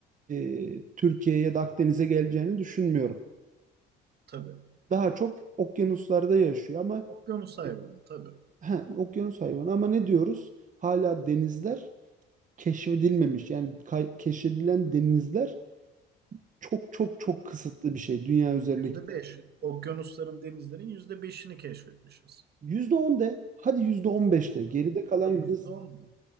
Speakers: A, on the right; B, on the right.
A: e, Türkiye'ye ya da Akdeniz'e geleceğini düşünmüyorum.
B: Tabii.
A: Daha çok okyanuslarda yaşıyor ama
B: Okyanus hayvanı
A: e,
B: tabii.
A: ha, okyanus hayvanı ama ne diyoruz? Hala denizler keşfedilmemiş. Yani kay- keşfedilen denizler çok çok çok kısıtlı bir şey dünya üzerindeki
B: Yüzde beş. Okyanusların, denizlerin yüzde beşini keşfetmişiz.
A: %10 de hadi %15 de geride
B: Hı hı.
A: kalan
B: Tabii
A: yüzde
B: yüzde on mu?